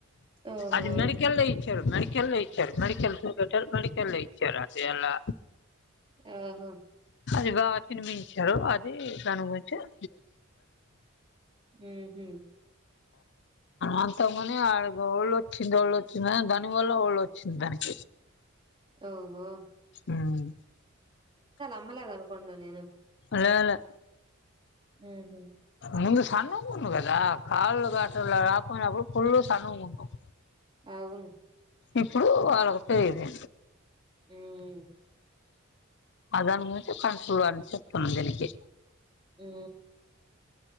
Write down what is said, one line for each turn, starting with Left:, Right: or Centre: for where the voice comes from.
Right: ఓహో
Left: అది మెడికల్ లో ఇచ్చారు మెడిక కల్ లో ఇచ్చారు మెడికెల్ బెటర్ మెడికెల్ ఇచ్చారు అదే ఎలా
Right: ఆహా
Left: ఇగా తినిపించారు అది దాని గురించి <inaudible>
Right: మ్మ్ హ్మ్
Left: అంతంగాని అ ఒళ్ళు వచ్చింది ఒళ్ళు వచ్చింది దాని వల్ల ఒళ్ళు వచ్చింది దానికి
Right: ఓహా
Left: మ్మ్
Right: అమ్మలాగా అనుకుంటన్నా నేను
Left: లేలే
Right: ఉహు
Left: నును సన్నగున్నావు కదా కాళ్ కాటల రాకపోయినా అప్పుడు ఫుల్ సన్నగున్నావు
Right: అవును
Left: ఇప్పుడు వాళ్ళకు తెలిదు
Right: మ్
Left: అ దాని గురించి కంన్ చూడని చెప్తున్నా దీనికి
Right: మ్